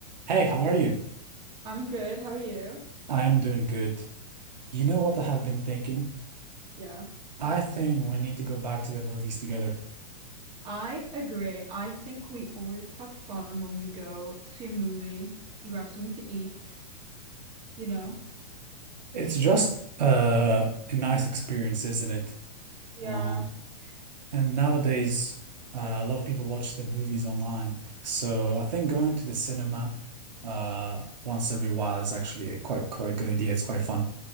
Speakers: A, on the right; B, on the right.
A: Hey, how are you?
B: I'm good. How are you?
A: I am doing good. You know what I have been thinking?
B: Yeah.
A: I think we need to go back to the movies together.
B: I agree. I think we always have fun when we go see a movie, grab something to eat, you know?
A: It's just uh, a nice experience, isn't it?
B: Yeah.
A: Um, and nowadays, uh, a lot of people watch the movies online. So I think going to the cinema uh, once every while is actually a quite quite a good idea. It's quite fun.